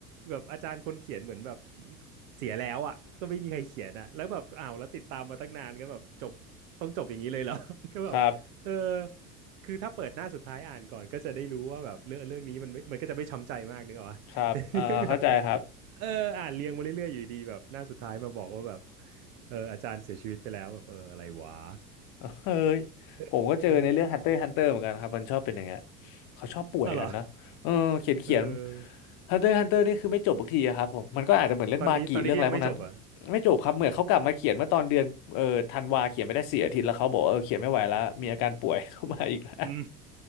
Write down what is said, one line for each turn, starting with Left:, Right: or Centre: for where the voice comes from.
Right: แบบอาจารย์คนเขียนเหมือนแบบเสียแล้วอ่ะก็ไม่มีใครเขียนอ่ะแล้วแบบอ้าวแล้วติดตามมาตั้งนานก็แบบจบต้องจบอย่างนี้เลยเหรอ <laughs> ก็แบบเออ
Left: ครับ
Right: คือถ้าเปิดหน้าสุดท้ายอ่านก่อนก็จะได้รู้ว่าแบบเรื่องเรื่องนี้มันไม่มันก็จะไม่ช้ำใจมากนึกออกปะ
Left: ครับอ่าเข้าใจครับ
Right: เนี่ยแบบเอออ่านเรียงมาเรื่อยๆอยู่ดีแบบหน้าสุดท้ายมาบอกว่าแบบเอออาจารย์เสียชีวิตไปแล้วแบบเอออะไรวะ
Left: เฮ้ยผมก็เจอในเรื่อง
Right: <laughs> เออ
Left: Hunter x Hunter เหมือนกันครับมันชอบเป็นอย่างเงี้ยเขาชอบป่วยกันเนอะเออเขียนเขียน
Right: อ้าวเหรอเออ
Left: Hunter x Hunter นี่คือไม่จบสักทีอะครับผมมันก็อาจจะเหมือนเรื่องบากิเรื่องอะไรพวกนั้น
Right: ตอนนี้ตอนนี้ก็ยังไม่จบอ่ะ
Left: ไม่จบครับเหมือนเขากลับมาเขียนเมื่อตอนเดือนเออธันวาเขียนไม่ได้เสียอาทิตย์แล้วเขาบอกว่าเออเขียนไม่ไหวแล้วมีอาการป่วย <laughs> เข้ามาอีกแล้ว
Right: อืม